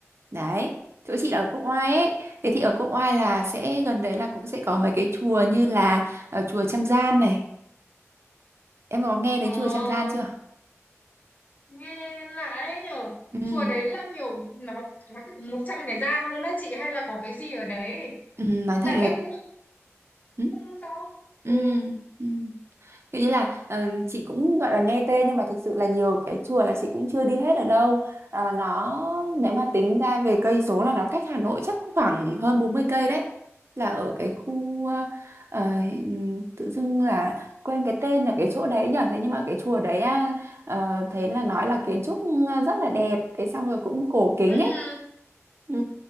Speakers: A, on the right; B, on the left.
A: Đấy. Chỗ chị là ở Quốc Oai ấy. Thế thì ở Quốc Oai là sẽ gần đấy là cũng sẽ có mấy cái chùa như là ờ, chùa Trăm Gian này. Em có nghe đến
B: ờ
A: chùa Trăm Gian chưa?
B: nghe lạ đấy nhở
A: Ừ,
B: chùa đấy là kiểu nó nó có 100 cái gian luôn á chị hay là có cái gì ở đấy
A: ừ nói thật
B: tại
A: là
B: em cũng
A: ừ.
B: không rõ
A: Ừ.
B: ừ
A: ừ. Kiểu như là ờ, chị cũng gọi là nghe tên nhưng mà thực sự là nhiều cái chùa là chị cũng chưa đi hết ở đâu. Ờ, nó nếu mà tính ra về cây số là nó cách Hà Nội chắc cũng khoảng hơn 40 cây đấy. Là ở cái khu ờ, ờ, tự dưng là quên cái tên là cái chỗ đấy nhở. Thế nhưng mà cái chùa đấy à, ờ, thấy là nói là kiến trúc ờ, rất là đẹp, cái xong rồi cũng cổ kính
B: ừ
A: ấy. Ừ.